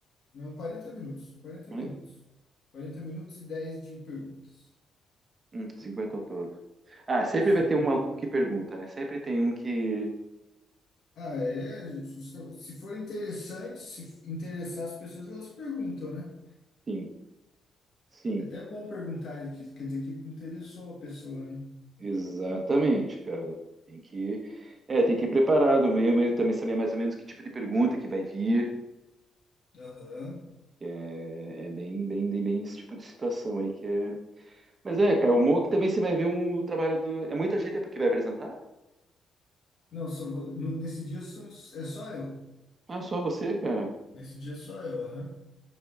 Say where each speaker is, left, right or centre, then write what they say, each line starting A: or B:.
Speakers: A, on the left; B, on the right.
A: Não, quarenta minutos, quarenta
B: né?
A: minutos. quarenta minutos e 10 de perguntas.
B: Hum, 50 ao todo. Ah, sempre
A: Sim.
B: vai ter um aluno que pergunta, né? Sempre tem um que.
A: Ah, é. justo- Se for interessante, se interessar as pessoas, elas perguntam, né?
B: Sim, sim,
A: É até bom perguntar, disso, quer dizer que interessou a pessoa, né?
B: exatamente, cara. Tem que. É, tem que ir preparado mesmo, e também saber mais ou menos que tipo de pergunta que vai vir.
A: Aham.
B: que É, é bem, bem, bem, bem esse tipo de situação aí que é. Mas é, cara, o Mock também você vai ver um trabalho do. É muita gente que vai apresentar?
A: Não, só, vou- no- nesse dia são, é só eu.
B: Ah, só você, cara.
A: Nesse dia é só eu, aham.